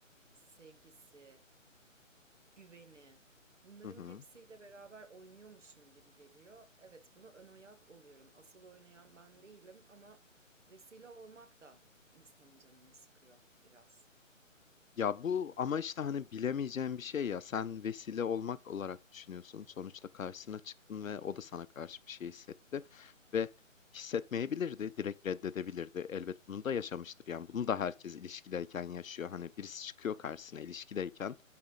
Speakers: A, on the right; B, on the left.
A: sevgisi. güveni. Bunların
B: Hı hı.
A: hepsiyle beraber oynuyormuşum gibi geliyor. Evet, buna ön ayak oluyorum. Asıl oynayan ben değilim ama vesile olmak da insanın canını sıkıyor biraz.
B: Ya bu ama işte hani bilemeyeceğin bir şey ya. Sen vesile olmak olarak düşünüyorsun. Sonuçta karşısına çıktın ve o da sana karşı bir şey hissetti. Ve hissetmeyebilirdi, direkt reddedebilirdi. Elbet bunu da yaşamıştır. Yani bunu da herkes ilişkideyken yaşıyor. Hani birisi çıkıyor karşısına ilişkideyken